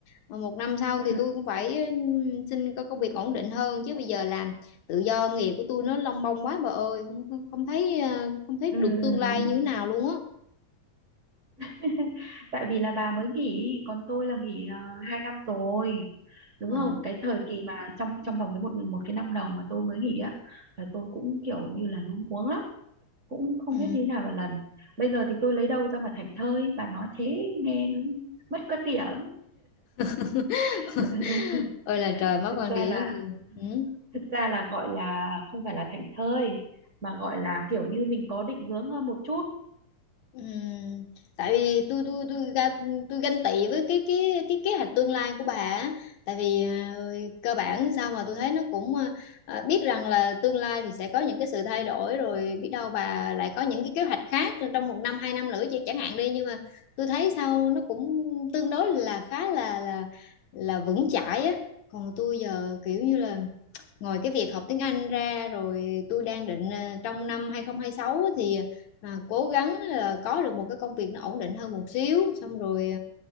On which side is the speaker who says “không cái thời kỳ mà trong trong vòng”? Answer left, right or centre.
Right